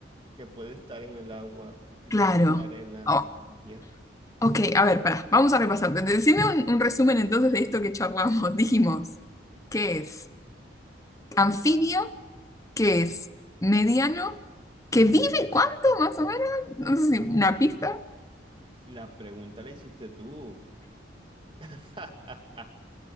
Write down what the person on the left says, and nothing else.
Claro.
Oh,
Ok, a ver, pará, vamos a repasar. Decime un, un resumen entonces de esto que charlamos. <laughs> Dijimos, ¿qué es anfibio? ¿Qué es mediano? ¿Que vive cuánto más o menos? No sé si una pista.